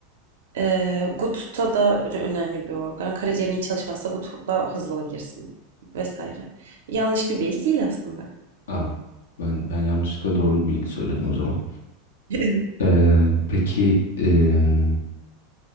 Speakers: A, on the right (about 75°); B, on the left (about 80°).
A: Ee, GUT'ta da ö- önemli bir organ. Karaciğerin iyi çalışmazsa GUT'la hızlı olabilirsin vesaire. Yanlış bir bilgi değil aslında.
B: Aa, ben ben yanlışlıkla doğru bilgi söyledim o zaman.
A: <laughs>
B: Ee, peki em,